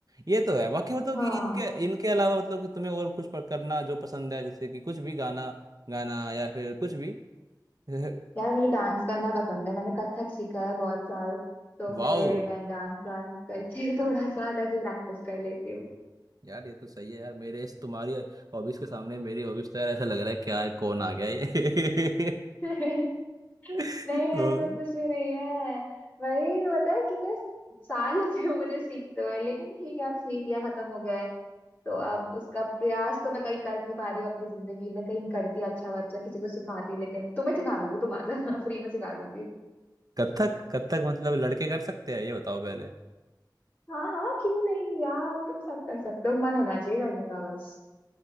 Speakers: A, on the right; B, on the left.
A: ये तो है बाकी मतलब
B: हाँ
A: कि इनके इनके अलावा मतलब कि तुम्हें और कुछ पर करना जो पसंद है जैसे कि कुछ भी गाना गाना या फिर कुछ भी <laughs>
B: यार मुझे डांस करना पसंद है मैंने कथक सीखा है बहुत साल तो
A: वाओ
B: फिर मैं डांस वांस करके <laughs> थोड़ा सा ऐसे प्रैक्टिस कर लेती हूँ
A: यार ये तो सही है यार मेरे इस तुम्हारी हॉबीज के सामने मेरी हॉबीज तो यार ऐसा लग रहा है क्या है, कौन आ गया ये
B: <laughs>
A: <laughs>
B: नहीं
A: तो
B: ऐसा कुछ भी नहीं है वही होता है कितने साल लगे हुए मुझे सीखते हुए लेकिन ठीक है अब सीख लिया खत्म हो गया है तो अब उसका प्रयास तो मैं कहीं कर नहीं पा रही हूँ अपनी जिंदगी में कहीं करती अच्छा बच्चा किसी को सिखाती लेकिन तुम्हें सिखा दूंगी तुम आ जाना <laughs> फ्री में सिखा दूंगी
A: कथक कथक मतलब लड़के कर सकते हैं ये बताओ पहले
B: हाँ हाँ क्यों नहीं यार तुम सब कर सकते हो मन होना चाहिए करने का बस